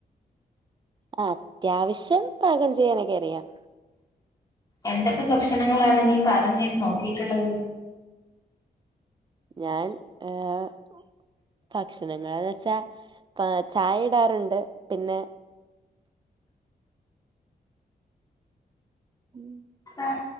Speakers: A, on the right (about 30°); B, on the left (about 20°).
A: ആ അത്യാവശ്യം പാകം ചെയ്യാനൊക്കെ അറിയാം
B: എന്തൊക്കെ ഭക്ഷണങ്ങളാണ് നീ പാകം ചെയ്ത് നോക്കിട്ടുള്ളത്
A: ഞാൻ ഏഹ് ഭക്ഷണങ്ങളെന്ന് വെച്ചാ ചായ ഇടാറുണ്ട് പിന്നെ ഉം
B: ആ